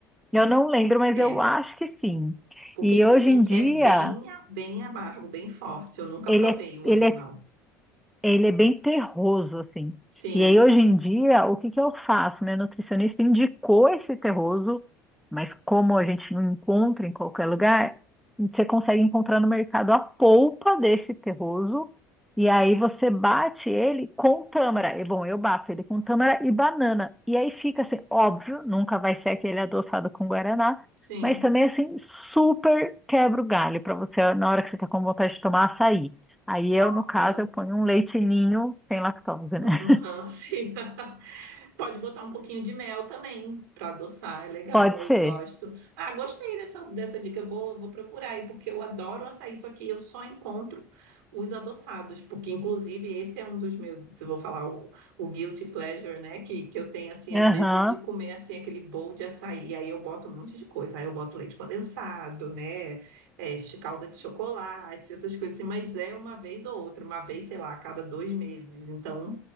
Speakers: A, in the centre; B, on the right.
A: eu não lembro, mas
B: É,
A: eu acho que sim.
B: porque
A: E
B: dizem
A: hoje em
B: que
A: dia,
B: é bem, a- bem amargo, bem forte. Eu nunca
A: ele
B: provei
A: é,
B: o original.
A: ele é Ele é bem terroso, assim.
B: Sim,
A: E aí, hoje em dia, o que que eu faço? Meu nutricionista indicou esse terroso, mas como a gente não encontra em qualquer lugar, você consegue encontrar no mercado a polpa desse terroso, e aí você bate ele com tâmara. E, bom, eu bato ele com tâmara e banana. E aí fica assim, óbvio, nunca vai ser aquele adoçado com guaraná,
B: sim.
A: mas também assim, super quebra o galho para você na hora que você está com vontade de tomar açaí. Aí
B: Nossa.
A: eu, no caso, eu ponho um leite ninho sem lactose,
B: Uhum,
A: né?
B: <laughs> sim. Pode botar um pouquinho de mel também para adoçar, é legal,
A: <laughs> Pode
B: eu
A: ser.
B: gosto. Ah, gostei dessa, dessa dica, eu vou, vou procurar aí, porque eu adoro açaí, só que eu só encontro os adoçados, porque inclusive esse é um dos meus, se eu vou falar o, o guilty pleasure, né, que, que eu tenho assim,
A: Aham.
B: às vezes é de comer assim aquele bowl de açaí, aí eu boto um monte de coisa, aí eu boto leite condensado, né, é, ch- calda de chocolate, essas coisas assim, mas é uma vez ou outra, uma vez, sei lá, a cada dois meses, então